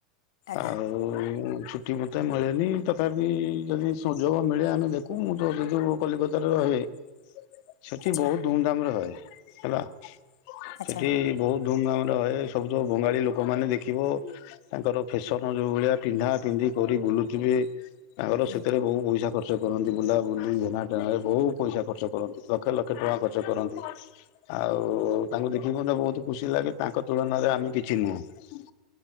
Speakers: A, on the left; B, on the left.
A: ଆଜ୍ଞା
B: ଆଉ ଛୁଟି ମତେ ମିଳେନି ତଥାପି ଯଦି ସୁଯୋଗ ମିଳେ ଆମେ ଦେଖୁ ମୁଁ ତୋସହିତ ଯୋଉ କଲିକତାରେ ରହେ। ସେଠି
A: ଆଚ୍ଛା
B: ବହୁତ ଧୁମଧାମ ରେ ହଏ ହେଲା
A: ଆଚ୍ଛା
B: ସେଠି ବହୁତ ଧୁମଧାମରେ ରହେ ସବୁ ତ ବଙ୍ଗାଳୀ ଲୋକମାନେ ଦେଖିବ। ତାଙ୍କର ଫେସନ ଯୋଉ ଭଳିଆ ପିନ୍ଧା ପିନ୍ଧି କରି ବୁଲୁଥିବେ ତାଙ୍କର
A: ହୁଁ,
B: ସେଥିରେ ବହୁ ପଇସା ଖର୍ ଖର୍ଚ୍ଚ କରନ୍ତି। ବୁଲାବୁଲି ଏଣା ଟେଣା ରେ ବହୁତ ପଇସା ଖର୍ଚ୍ଚ କରନ୍ତି। ଲକ୍ଷ ଲକ୍ଷ ଟଙ୍କା ଖର୍ଚ୍ଚ କରନ୍ତି। ଆଉ ତାଙ୍କୁ ଦେଖିକି ମୋତେ ବହୁତ ଖୁସି ଲାଗେ। ତାଙ୍କ ତୁଳନାରେ ଆମେ କିଛି ନୁହଁ